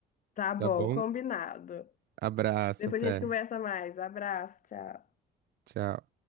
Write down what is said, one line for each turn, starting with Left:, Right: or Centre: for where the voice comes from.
Left: Tá bom,
Right: Tá bom?
Left: combinado.
Right: Abraço,
Left: Depois
Right: até.
Left: a gente conversa mais. Abraço, tchau.
Right: Tchau.